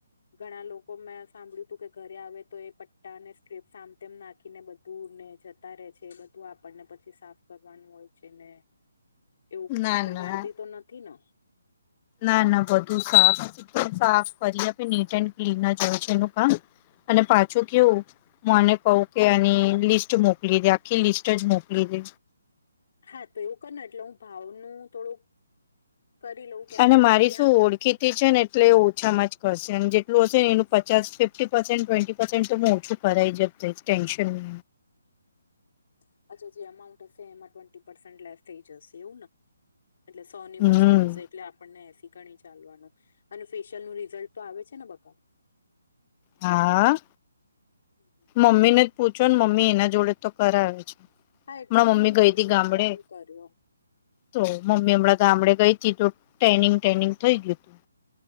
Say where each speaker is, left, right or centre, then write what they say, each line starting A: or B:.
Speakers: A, on the left; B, on the left.
A: ઘણા લોકો મેં સાંભળ્યું તું કે ઘરે આવે તો એ પટ્ટા ને સ્ટ્રીપ સામ તેમ નાખીને બધ દૂર ને જતા રહે છે એ બધું આપણને પછી સાફ કરવાનું હોય છે ને એવું
B: ના
A: બગાડતી
B: ના
A: તો નથી ને
B: ના ના બધું સાફ સાફ કરી આપે નીટ એન્ડ ક્લીન જાય છે એનું કામ અને પાછું કેવું મને કહ કે અને લિસ્ટ મોકલી દે આખી લિસ્ટ જ મોકલી દે
A: હા તો એવું કર એટલે હું ભાવનુંું થોડુંક કરી લઉં કેમ
B: અને
A: કે
B: મારી
A: હું ત્યાં
B: શું ઓળખીતી છે ને એટલે એ ઓછામાં જ કરશે અને જેલું હશે ને એનું પચાસ ફિફ્ટી પર્સેન્ટ ટ્વેન્ટી પર્સેન્ટ તોું ઓછું. કરરાાય જ ટેન્શન ન
A: <unintelligible> અચ્છા જે એમાઉન્ટ હશે એમાં ટ્વેન્ટી પર્સેન્ટ લેસ થઈ જશે એવું ને એટલે સોની
B: હમ
A: વસ્તુ હશે એટલે આપણને એસી ગણી ચાલવાનું અને ફેશિયલ નું રિઝલ્ટ તો આવે છે ને બકા
B: હા
A: હમ હમ
B: મમ્મી ને જ પૂછો ને મમ્મી એના જોડે તો કર આવે છે
A: હા એટલે
B: મારી
A: જ
B: મમ્મી
A: મેં મમ્મીને
B: ગઈ હતી ગામડે
A: જ ફોન કર્યો.
B: તો મમ્મી હમણાં ગામડે ગઈ હતીથી તો ટ્રેનિંગ ટ્રેનિંગ થઈ ગયું હતું